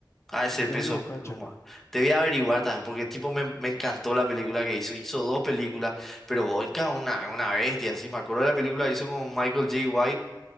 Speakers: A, in the centre; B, on the left.
A: Ah, ese
B: le tengo
A: peso
B: que buscar,
A: pluma.
B: che.
A: Te voy a averiguar también, porque el tipo me, me encantó la película que hizo. Hizo dos películas, pero Boica es una, una bestia. Sí, me acuerdo de la película que hizo con Michael J. White